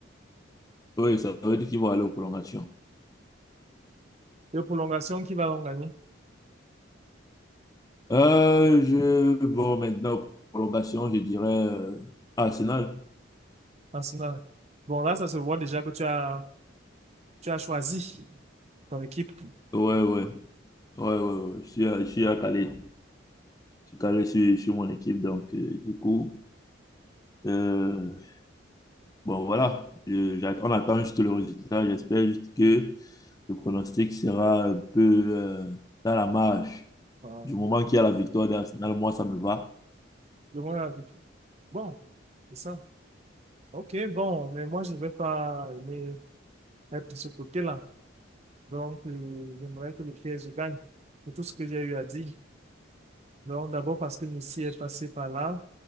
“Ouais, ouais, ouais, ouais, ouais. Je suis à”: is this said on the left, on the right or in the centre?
Left